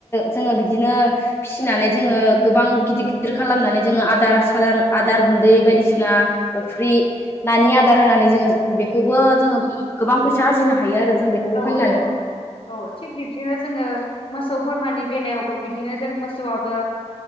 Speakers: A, on the left; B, on the left.
A: जोंङो बिदिनो फिसिनानै जोंङो। गोबां गिदिर गिदिर खालामनानै जोंङो आदार सादार आदार गुन्दै बायदिसिना अफ्रि। नानि आदार होनानै जोंङो बेखौबो जोंङो गोबां फैसा आरजिनो हायो आरो। जों बेखौबो
B: औ
A: फाननानै
B: नंगौ औ थिग बिबदिनो जोंङो मोसौ बोरमानि बेलायावबो बिद बिदिनो जों मोसौआबो